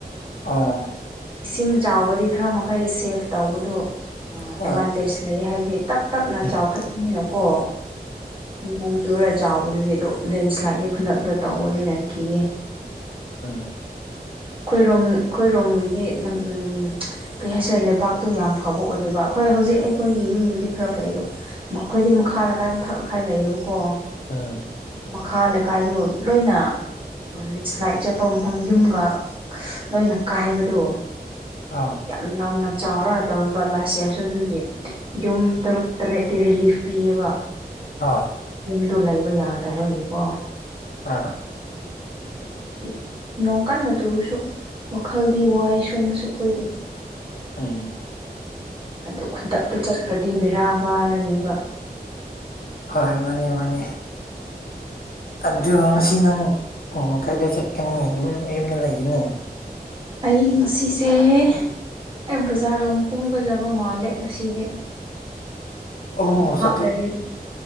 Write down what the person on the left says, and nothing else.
ꯑ‌ꯣ
ꯍꯣꯏ
ꯍꯣꯏ
ꯎꯝ
ꯎꯝ
ꯑꯥ
ꯑꯥ
ꯑꯥ ꯍ
ꯎꯝ
ꯍꯣꯏ ꯃꯥꯅꯤ ꯃꯥꯅꯤ ꯑꯗꯨ ꯉꯁꯤ ꯅꯪ ꯀ‌ꯣꯡꯃꯥ ꯀꯥꯏꯗ ꯆꯠꯀꯅꯤ ꯌꯨꯝ ꯌꯨꯝꯗ ꯂꯩꯒꯅꯤ
ꯑꯣ ꯆꯠꯊꯣꯛ